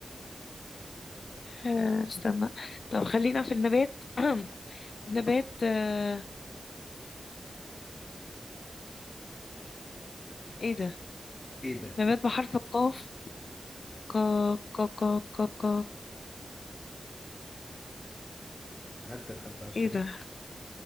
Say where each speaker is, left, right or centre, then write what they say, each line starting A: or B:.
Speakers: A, on the left (about 70°); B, on the left (about 35°).
A: آه، استنى طب خلينا في النبات <clears throat> نبات آه، ايه ده
B: ايه ده
A: نبات بحرف القاف ك ك ك ك ك
B: عدى لحد عشرة
A: ايه ده